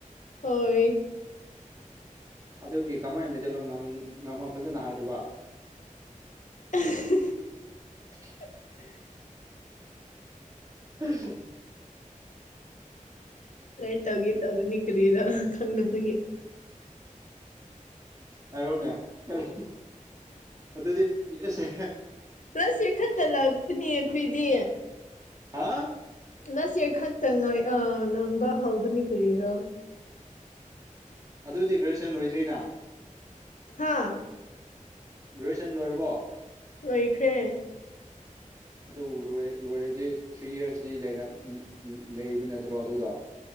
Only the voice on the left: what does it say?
ꯍꯣꯏ
<inaudible>
ꯎꯝ
ꯔ ꯇꯧꯒꯤ ꯇꯧꯅꯤ ꯀꯂꯔꯣ ꯈꯪꯗꯄꯒꯤ
ꯂꯥꯁ ꯌꯔ ꯈꯛꯇ ꯂꯥꯛꯄꯅꯦ ꯑꯩꯈꯣꯏꯗꯤ
ꯉꯁꯤ ꯈꯛꯇ ꯉꯥꯏ ꯑꯥ ꯉꯥꯡꯕ ꯍꯥꯎꯕꯅꯤ ꯀꯔꯤꯔꯣ
ꯍꯥꯥ
ꯂꯣꯏꯈ꯭ꯔꯦ